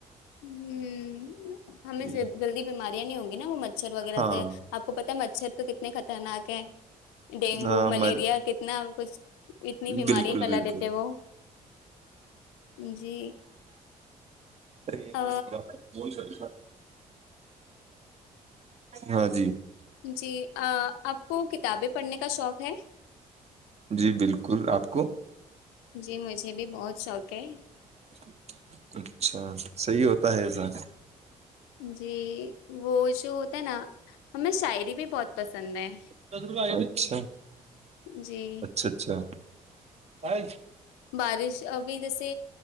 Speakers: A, on the left; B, on the right.
A: ہ ہمیں سے
B: یہ-
A: جلدی بھی مار نہیں ہو گ نہ وہر مچھر وغیرہ
B: ہاں
A: سے آپ کو پ م اچر تو کتنے خطرناک ہیں <inaudible> ڈینگو
B: ہاں
A: ملیریا
B: میں-
A: کتنا کچھ اتنی بیماری
B: بالکل
A: پھیلا
B: بالکل
A: دیتے وہ جی
B: ارے ایک
A: آ
B: منٹ بلا بول سک ہاں جی <inaudible>
A: جی آپ کو کتابیں پڑھنے کا شوق ہے
B: جی بالکل آپ کو
A: جی مجھے بھی بہت شوق ہے
B: اچھا <unintelligible> ہے ایسا
A: جی وہ <unintelligible> جو ہوتا ہے نا ہمیں شاعری بھی بہت پسند ہے
B: اچھا
A: جی
B: اچھا اچھا س <unintelligible>
A: بارش ابھی جیسے